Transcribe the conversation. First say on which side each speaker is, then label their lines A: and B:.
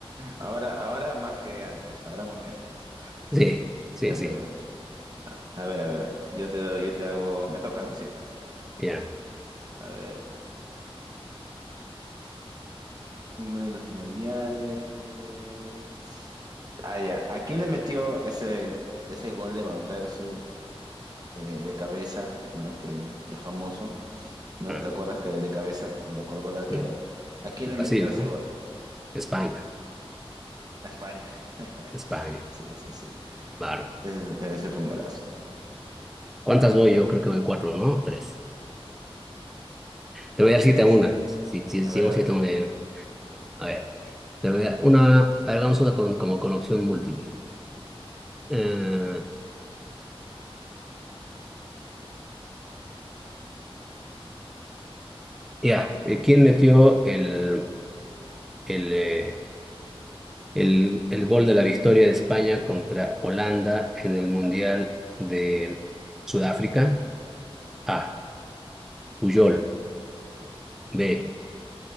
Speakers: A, on the right (about 40°); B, in the centre.
A: Ahora, ahora más que antes, ahora más que antes,
B: Sí, sí,
A: es
B: sí,
A: verdad. A ver, a ver, yo te doy, yo te hago, me toca, ¿no? Sí.
B: ya.
A: A ver. Uno de los mundiales. Ah, ya. ¿A quién le metió ese, ese gol de Van Persie eh, de cabeza, ¿no? Que es famoso, ¿no?
B: Ah,
A: ¿Te acuerdas que de cabeza y lo colgó el arquero?
B: mm.
A: ¿A quién le
B: Brasil,
A: metió ese
B: ¿no?
A: gol?
B: España,
A: A España. <laughs>
B: España,
A: Sí, sí, sí.
B: bárbaro.
A: Es- ese fue un golazo.
B: ¿Cuántas voy? Yo creo que voy cuatro, ¿no? Tres. Te voy a dar siete
A: Tres.
B: a una, si, si,
A: A
B: si
A: ver,
B: llegamos
A: a ver.
B: siete a una. ya. A ver, te voy a dar una, a ver, hagamos una con, como con opción múltiple. Eh, ya, Eh, ¿Quién metió el, el, eh, el, el gol de la victoria de España contra Holanda en el Mundial de Sudáfrica. A. Puyol. B.